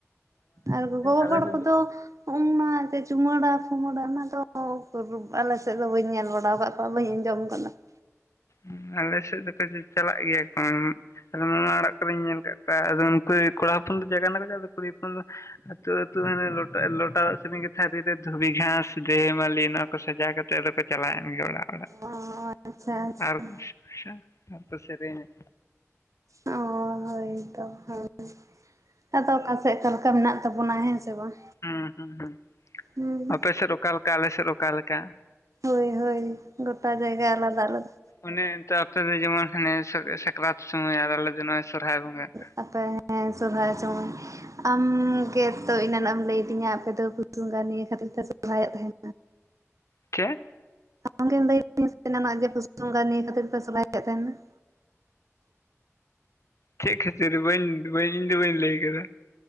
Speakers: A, on the right (about 85°); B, on the left (about 65°).
A: ᱟᱨ ᱜᱚᱜᱚ
B: ᱟᱞᱮ
A: ᱦᱚᱲ
B: ᱥᱮᱫ
A: ᱠᱚᱫᱚ ᱩᱱᱟ ᱡᱮ ᱪᱩᱢᱟᱹᱲᱟ ᱯᱷᱩᱢᱟᱹᱲᱟ ᱚᱱᱟ ᱫᱚ ᱚ ᱩᱠᱩᱨ ᱟᱞᱮ ᱥᱮᱜ ᱫᱚ ᱵᱟᱹᱧ ᱧᱮᱞ ᱵᱟᱲᱟᱣ ᱟᱠᱟᱜ ᱠᱚᱣᱟ ᱵᱟᱹᱧ ᱟᱸᱡᱚᱢ ᱠᱟᱫᱟ ᱾
B: ᱩᱸ ᱟᱞᱮ ᱥᱮᱜ ᱫᱚᱠᱚ ᱪᱟ ᱪᱟᱞᱟᱜ ᱜᱮᱭᱟ ᱠᱚ ᱢᱟᱢᱟ ᱚᱲᱟᱜ ᱠᱚᱨᱮᱧ ᱧᱮᱞ ᱠᱟᱜ ᱠᱚᱣᱟ ᱟᱫᱚ ᱱᱩᱠᱩ ᱠᱚᱲᱟ ᱦᱚᱯᱚᱱ ᱫᱚ ᱡᱟᱜᱟᱵᱱᱟ ᱠᱚ ᱪᱟᱜ-ᱟ ᱟᱫᱚ ᱠᱩᱲᱤ ᱦᱚᱯᱚᱱ ᱫᱚ ᱟᱹᱛᱩ ᱟᱹᱛᱩ ᱦᱟᱱᱮ ᱞᱚᱴᱟ ᱞᱚᱴᱟ ᱫᱟᱜ ᱥᱮᱯᱮᱧ ᱠᱟᱛᱮ ᱛᱷᱟᱹᱨᱤ ᱨᱮ ᱫᱷᱩᱵᱤ ᱜᱷᱟᱥ ᱫᱷᱮᱭ ᱢᱟᱞᱤ ᱚᱱᱟ ᱠᱚ ᱥᱟᱡᱟᱣ ᱠᱟᱛᱮ ᱟᱫᱚ ᱠᱚ ᱪᱟᱞᱟᱣᱮᱱ ᱜᱮ ᱚᱲᱟᱜ ᱚᱲᱟᱜ
A: ᱚ ᱟᱪᱪᱷᱟ ᱟᱪᱪᱷᱟ
B: ᱟᱨ ᱟᱪᱪᱷᱟ ᱟᱨ ᱠᱚ ᱥᱮᱨᱮᱧᱟ᱾
A: ᱚᱻ ᱦᱳᱭ ᱛᱚ ᱦᱳᱭ᱾ ᱟᱫᱚ ᱚᱠᱟᱥᱮᱫ ᱚᱠᱟ ᱞᱮᱠᱟ ᱢᱮᱱᱟᱜ ᱛᱟᱵᱚᱱᱟ ᱦᱮᱸ ᱥᱮ ᱵᱟᱝ᱾
B: ᱦᱩᱸ ᱦᱩᱸ ᱦᱩᱸ
A: ᱦᱩᱸ
B: ᱟᱯᱮ ᱥᱮᱫ ᱚᱠᱟ ᱞᱮᱠᱟ ᱟᱞᱮ ᱥᱮᱫ ᱚᱠᱟ ᱞᱮᱠᱟ ᱾
A: ᱦᱳᱭ ᱦᱳᱭ ᱜᱚᱴᱟ ᱡᱟᱭᱜᱟ ᱟᱞᱟᱫᱟ ᱟᱞᱟᱫᱟ᱾
B: ᱚᱱᱮ ᱚᱱᱛᱮ ᱟᱯᱮᱫᱚ ᱡᱮᱢᱚᱱ ᱦᱟᱱᱮ ᱥᱟ-ᱥᱟᱠᱨᱟᱛ ᱥᱚᱢᱚᱭ ᱟᱨ ᱟᱞᱮ ᱫᱚ ᱱᱚᱜ-ᱚᱭ ᱥᱚᱨᱦᱟᱭ ᱵᱚᱸᱜᱟ ᱾
A: ᱛᱟᱯᱚᱨ ᱦᱮᱸ ᱥᱚᱨᱦᱟᱭ ᱥᱚᱢᱚᱭ ᱟᱢᱜᱮᱛᱚ ᱮᱱᱟᱱᱚᱜ ᱮᱢ ᱞᱟᱹᱭᱟᱫᱤᱧᱟ ᱟᱯᱮ ᱛᱚ ᱯᱩᱥ ᱵᱚᱸᱜᱟ ᱱᱤᱭᱟᱹ ᱠᱷᱟᱹᱛᱤᱨ ᱛᱮ ᱥᱚᱨᱦᱟᱭᱚᱜ ᱛᱟᱦᱮᱱ
B: ᱪᱮᱫ?
A: ᱟᱢ ᱜᱮᱢ ᱞᱟᱹᱭᱮᱫ ᱛᱟᱦᱮᱱᱟ ᱥᱮ ᱮᱱᱟᱱᱚᱜ ᱡᱮ ᱯᱩᱥ ᱵᱚᱸᱜᱟ ᱱᱤᱭᱟᱹ ᱠᱷᱟᱹᱛᱤᱨ ᱛᱮ ᱥᱚᱨᱦᱟᱭᱚᱜ ᱛᱟᱦᱮᱱᱟ ᱾
B: ᱪᱮᱫ ᱠᱷᱟᱹᱛᱤᱨ ᱵᱟᱹᱧ ᱵᱟᱹᱧ ᱤᱧᱫᱚ ᱵᱟᱹᱧ ᱞᱟᱹᱭ ᱠᱟᱫᱟ ᱾